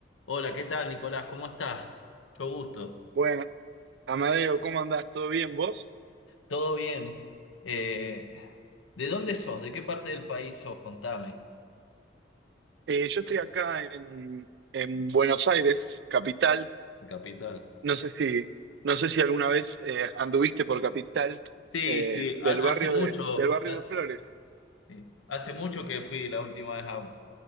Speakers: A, on the left (about 80°); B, on the right (about 60°).
A: Hola, ¿qué tal, Nicolás? ¿Cómo estás? Mucho gusto.
B: Bueno, Amadeo, ¿cómo andás? ¿Todo bien vos?
A: ¿Todo bien? Eh, ¿de dónde sos? ¿De qué parte del país sos? Contame.
B: Eh, yo estoy acá en, en Buenos Aires, capital.
A: Mi Capital.
B: No sé si, no sé si alguna vez eh, anduviste por capital
A: Sí,
B: eh,
A: sí,
B: del
A: ha-
B: barrio
A: hace mucho,
B: de, del barrio
A: ha-
B: de Flores.
A: sí, hace mucho que fui la última vez a,